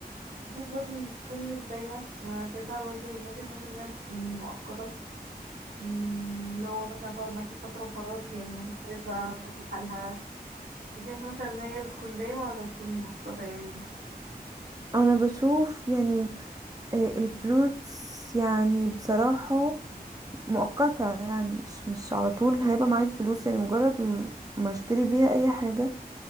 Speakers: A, on the right; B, on the right.
A: الفلوس برضو بتكون مش دايما أنا شايفاها برضو من وجهة نظري إنها بتكون مؤقتة أم، اللي هو مثلا تقعد معاكي فترة وخلاص يعني هتصرف بقى بحالها شايف مثلا ان هي بتكون دايمة ولا بتكون مؤقتة يعني
B: انا بشوف يعني آه، الفلوس يعني بصراحه مؤقته يعني مش مش على طول هيبقى معايا الفلوس يعني مجرد م- ما اشتري بيها اي حاجه